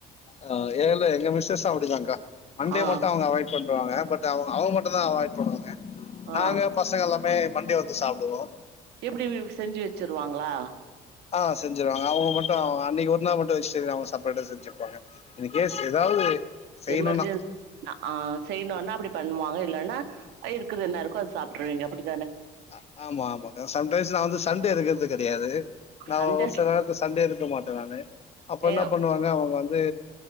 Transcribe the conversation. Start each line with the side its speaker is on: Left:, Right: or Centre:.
Left: அ ஏல்லா எங்க மிஸ்ஸஸ் அப்படிதாங்க்கா மண்டே
Right: ஆ,
Left: மட்டு அவங்க அவைட் பண்றுவாங்க பட் அவங்க அவங்க மட்டம்தா அவாய்ட் பண்ணுவாங்க
Right: ஆ.
Left: நாங்க பசங்க எல்லா மே மண்டே வந்து சாப்பிடுவோ
Right: எப்படி வி செஞ்சு வச்சிருவாங்களா
Left: ஆ செஞ்சருவாங்க அவங்க மட்டு அன்னைக்கு ஒருன்னா மட்டு வெஜேடெரியன் அவங்க செப்பரேட்டா செஞ்சிருப்பாங்க இன் கேஸ் ஏதாவது செய்யணும்னா
Right: எமர்ஜென்சி ஆ செய்யணும்னா அப்படி பண்ணுவாங்க இல்லைன்னா இருக்குது என்ன இருக் க்கோ அத சாப்ருவீங்க அப்டி
Left: அ ஆமா ஆமா சம்டைம்ஸ் நா வந்து சண்டே இருக்கிறது கிடையாது நா
Right: சண்ட
Left: ஒரு சில நேரத்து சண்டே இருக்க மாட்டேன்னானு அப்ப
Right: எ
Left: என்ன பண்ணுவாங்க அவங்க வந்து